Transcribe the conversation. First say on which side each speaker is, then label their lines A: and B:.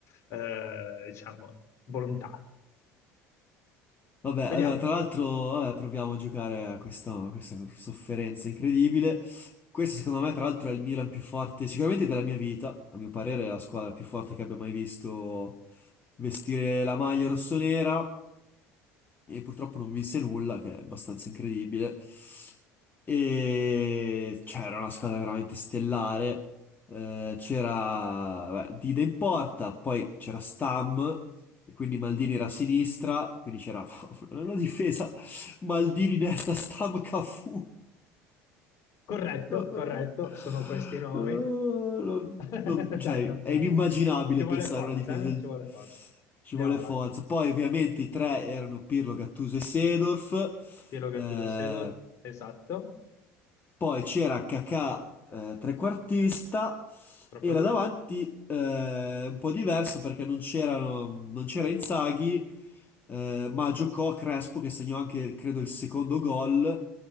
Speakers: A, on the left; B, on the left.
A: eh, diciamo, volontà.
B: Vabbè,
A: Vediamo.
B: allora, tra l'altro, vabbè, proviamo a giocare a questa, a questa sofferenza incredibile. Questo, secondo me, tra l'altro, è il Milan più forte, sicuramente della mia vita. A mio parere, è la squadra più forte che abbia mai visto vestire la maglia rossonera. e purtroppo non vinse nulla, che è abbastanza incredibile. E c'era una squadra veramente stellare. Eh, c'era beh, Dida in porta, poi c'era Stam, e quindi Maldini era a sinistra, quindi c'era <laughs> una difesa Maldini, Nesta, Stam, Cafu.
A: Corretto,
B: <laughs>
A: corretto, sono questi i nomi.
B: Non-
A: <laughs>
B: non- cioè,
A: Dai, non...
B: è inimmaginabile
A: Ci vuole
B: pensare
A: forza,
B: a una difesa del...
A: eh? Ci vuole forza.
B: Ci
A: Andiamo
B: vuole
A: avanti.
B: forza. Poi, ovviamente, i tre erano Pirlo, Gattuso e Seedorf.
A: Piero Gattuso
B: Eh,
A: e Sedor, esatto,
B: poi c'era Kakà, eh, trequartista,
A: proprio
B: e
A: lui.
B: là davanti eh, un po' diverso perché non c'erano, non c'era Inzaghi, eh, ma giocò Crespo che segnò anche, credo, il secondo gol.